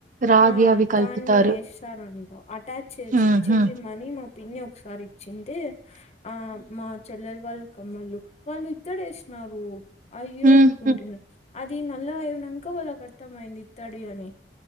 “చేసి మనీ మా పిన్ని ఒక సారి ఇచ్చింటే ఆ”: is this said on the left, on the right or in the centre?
Left